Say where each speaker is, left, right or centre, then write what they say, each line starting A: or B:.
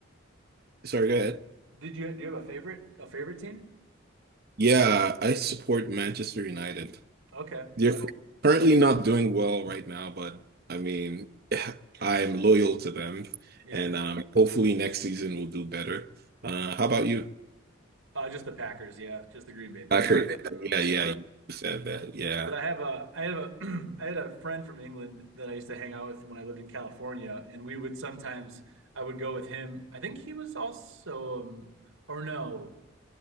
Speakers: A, on the right; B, on the right.
A: sorry, go ahead.
B: Did you do you have a favorite a favorite team?
A: Yeah, I support Manchester United.
B: Okay,
A: They're
B: cool.
A: currently not doing well right now, but I mean, <laughs> <sighs> I'm loyal to them,
B: Yeah.
A: and um, hopefully next season we'll do better. Uh, how about you?
B: Uh just the Packers, yeah. Just the Green Bay Packers.
A: I heard.
B: uh,
A: Yeah,
B: yeah.
A: yeah, you said that. Yeah.
B: But I have a I have a <clears throat> I had a friend from England that I used to hang out with when I lived in California and we would sometimes I would go with him. I think he was also um, or no.